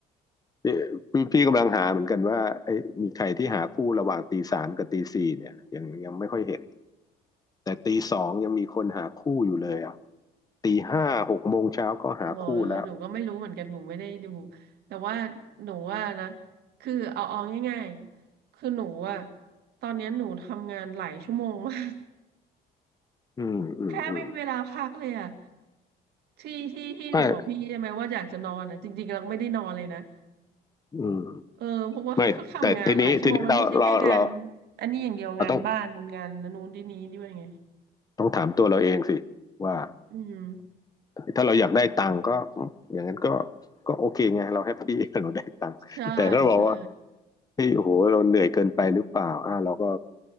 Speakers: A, on the left; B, on the right.
A: นี่พี่พี่กำลังหาเหมือนกันว่าไอ้ยมีใครที่หาคู่ระหว่างตีสามกับตีสี่เนี่ยยังยังไม่ค่อยเห็นแต่ตีสองยังมีคนหาคู่อยู่เลยอ่ะตีห้าหกโมงเช้าก็หาคู่แล้ว
B: อ๋อหนูก็ไม่รู้เหมือนกันหนูไม่ได้ดูแต่ว่าหนูว่านะคือเอาเอาง่ายๆคือหนูอะตอนเนี้ยหนูทำงานหลายชั่วโมงมาก
A: อืมอืมอืม
B: <laughs> แทบไม่มีเวลาพักเลยอะที่ที่ที่หนูบอกพี่ใช่ไหมว่าอยากจะนอนอะจริงๆเราไม่ได้นอนเลยนะ
A: ไม่อืม
B: เออเพราะว่า
A: ไม่แต่ทีนี้ทีนี้เราเราเรา
B: <laughs> ทำงานหลายชั่วโมงมันไม่ใช่แค่งานอันนี้อย่างเดียวงานบ้านงานนู้นที่นี้ด้วยไง
A: เราต้องต้องถามตัวเราเองสิว่า
B: อืม
A: ถ้าเราอยากได้ตังค์ก็อย่างนั้นก็ก็โอเคไงเราแฮปปี้ <laughs> เราได้ตังค์แต่ถ้าเราบอกว่า
B: ใช่ใช่
A: เี่โอ้โหเราเหนื่อยเกินไปหรือเปล่าอ่าเราก็